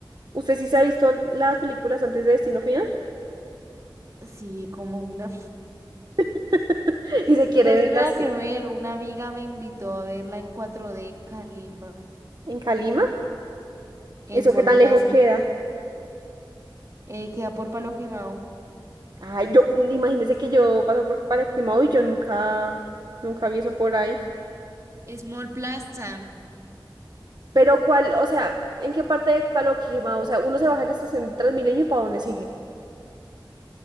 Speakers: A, on the right; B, on the right.
A: ¿Usted sí se ha visto las películas antes de Destino Final?
B: Sí, como una.
A: <laughs> Y
B: <laughs>
A: se quiere
B: Pero
A: verlas
B: sí me la quiero ver. Una amiga me invitó a verla en cuatro d en Calima,
A: en Calima,
B: en
A: eso
B: Mall
A: qué tan
B: Plaza.
A: lejos queda.
B: Eh, queda por Palo Quemado.
A: Ay, yo, imagínese que yo paso por Paraquemao y yo nunca, nunca vi eso por ahí.
B: Es Mall Plaza.
A: Pero cuál, o sea, ¿en qué parte de Paloquima? O sea, uno se baja en la estación de Transmilenio y ¿para dónde sigue?